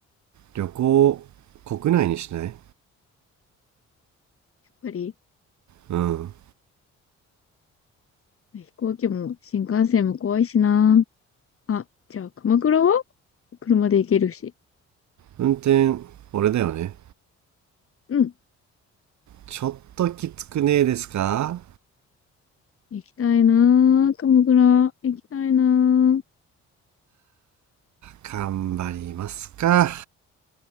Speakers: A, on the right; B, on the left.
A: 旅行国内にしない
B: やっぱり、
A: うん
B: 飛行機も新幹線も怖いしな。あ、じゃあ鎌倉は車で行けるし。
A: 運転俺だよね
B: うん。
A: ちょっときつくねえですか
B: 行きたいな。鎌倉、行きたいな。
A: 頑張りますか。